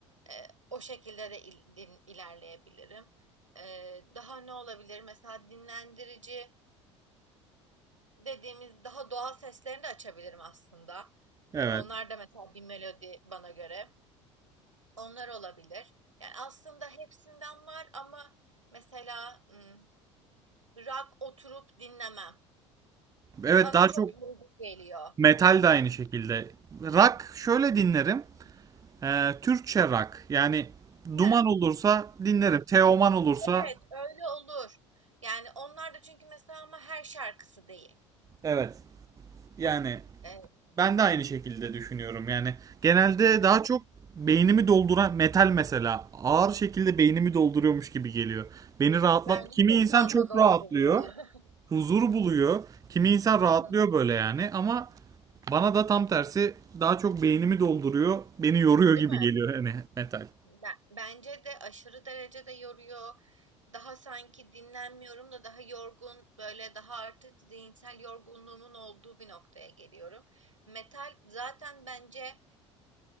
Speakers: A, on the right; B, on the right.
A: Eee, o şekilde de il- din- ilerleyebilirim. Eee, daha ne olabilir? Mesela dinlendirici dediğimiz daha doğal seslerini de açabilirim aslında.
B: Evet.
A: Eee, onlar da mesela bir melodi bana göre. Onlar olabilir. Yani aslında hepsinden var ama mesela ım, rock oturup dinlemem.
B: Evet
A: bana
B: daha
A: çok
B: çok
A: yorucu geliyor.
B: metal de aynı şekilde. Rock şöyle dinlerim. Ee, Türkçe rock. Yani Duman
A: He. Ha,
B: olursa dinlerim. Teoman olursa
A: Evet, öyle olur. Yani onlar da çünkü mesela ama her şarkısı değil.
B: evet. Yani
A: E,
B: ben de aynı şekilde düşünüyorum. Yani genelde
A: <laughs>
B: daha çok beynimi dolduran metal mesela ağır şekilde beynimi dolduruyormuş gibi geliyor. Beni rahatlat.
A: bence
B: Kimi
A: çok
B: insan
A: fazla
B: çok
A: dolduruyor.
B: rahatlıyor.
A: <laughs>
B: huzur buluyor. Kimi insan
A: Hı
B: rahatlıyor
A: hı.
B: böyle yani ama bana da tam tersi daha çok beynimi dolduruyor, beni yoruyor
A: Değil
B: gibi
A: mi?
B: geliyor hani metal.
A: Ben- bence de aşırı derecede yoruyor. Daha sanki dinlenmiyorum da daha yorgun, böyle daha artık zihinsel yorgunluğumun olduğu bir noktaya geliyorum. Metal zaten bence